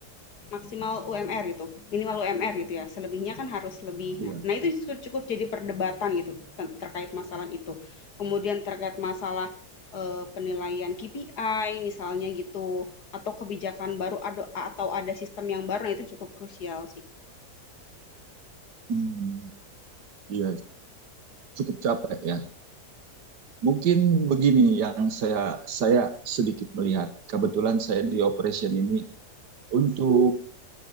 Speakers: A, on the left (about 70°); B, on the right (about 80°).
A: maksimal UMR gitu, minimal UMR gitu ya, selebihnya kan harus lebih.
B: iya,
A: Nah nah itu justru cukup jadi perdebatan gitu terkait masalah itu. Kemudian terkait masalah, eee, penilaian KPI misalnya gitu, atau kebijakan baru atau ada sistem yang baru, nah itu cukup krusial sih, Kak.
B: Hmm, iya, cukup capek ya. Mungkin begini yang saya saya sedikit melihat. Kebetulan saya di operation ini untuk